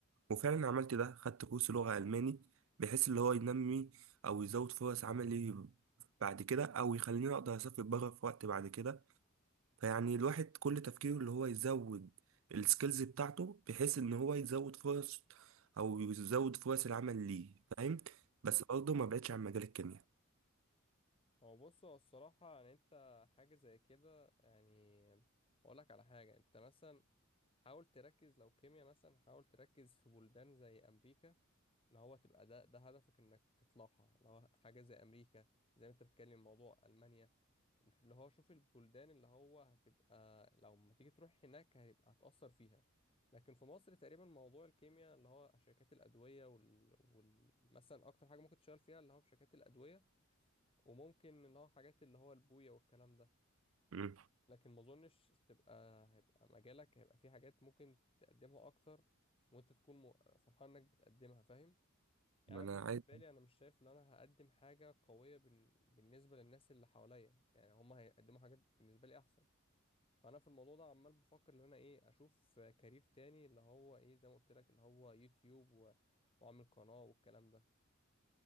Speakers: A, on the right; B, on the left.
A: وفعلا عملت ده خدت كورس لغة الماني بحيث اللي هو ينمي او يزود فرص عملي بعد كده او يخليني اقدر اسافر بره في وقت بعد كده فيعني الواحد كل تفكيره اللي هو يزود السكيلز بتاعته بحيث ان هو يزود فرص او يزود فرص العمل ليه فاهم بس برضه ما بعدش عن مجال الكيمياء
B: هو بص هو الصراحة يعني انت حاجة زي كده يعني اقول لك على حاجة انت مثلا حاول تركز لو كيمياء مثلا حاول تركز في بلدان زي امريكا ان هو تبقى ده ده هدفك انك تطلعها لو حاجة زي امريكا زي ما انت بتتكلم موضوع المانيا اللي هو شوف البلدان اللي هو هتبقى لو ما تيجي تروح هناك هيبقى هتأثر فيها لكن في مصر تقريبا موضوع الكيمياء اللي هو شركات الأدوية وال... وال... مثلا أكتر حاجة ممكن تشتغل فيها اللي هو في شركات الأدوية وممكن اللي هو حاجات اللي هو البوية والكلام ده
A: مم.
B: لكن ما أظنش تبقى هيبقى مجالك هيبقى في حاجات ممكن تقدمها أكتر وأنت تكون م- فرحان إنك بتقدمها فاهم يعني
A: ما انا
B: انا بالنسبه
A: عايز
B: لي انا مش شايف ان انا هقدم حاجه قويه بن... بالنسبه للناس اللي حواليا يعني هم هيقدموا حاجات بالنسبه لي احسن فانا في الموضوع ده عمال بفكر ان انا ايه اشوف كارير تاني اللي هو ايه زي ما قلت لك اللي هو يوتيوب و... واعمل قناه والكلام ده